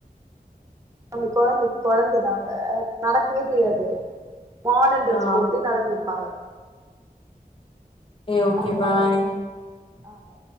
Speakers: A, on the right (about 20°); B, on the left (about 30°).
A: அந்த கொழந்தை கொழந்ததா அவ நடக்கவே தெரியாது மாடர்ன் டிரஸ்
B: ஆ
A: போட்டு நடக்க வெப்பாங்க
B: ஏ ஓகே
A: அந்த மாரி
B: பாய்
A: ஆமா